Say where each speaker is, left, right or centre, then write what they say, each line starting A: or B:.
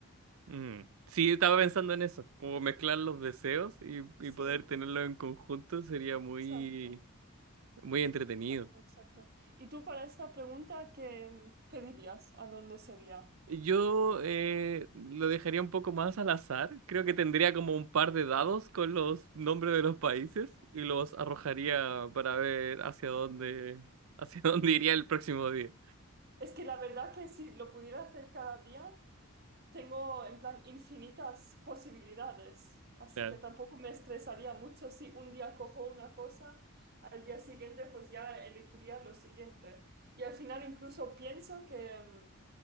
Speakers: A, on the right; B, on the right.
A: Mm. Sí, estaba pensando en eso, como mezclar los deseos y, y
B: Sí,
A: poder tenerlos en conjunto sería muy,
B: exacto,
A: muy entretenido.
B: exacto, exacto. ¿Y tú para esta pregunta qué, qué dirías? ¿A dónde sería?
A: Yo eh, lo dejaría un poco más al azar, creo que tendría como un par de dados con los nombres de los países y los arrojaría para ver hacia dónde, hacia <laughs> dónde iría el próximo día.
B: Es que la verdad que si lo pudiera hacer cada día, Tengo en plan infinitas posibilidades, así
A: Claro.
B: que tampoco me estresaría mucho si un día cojo una cosa, al día siguiente pues ya elegiría lo siguiente. Y al final incluso pienso que, mm,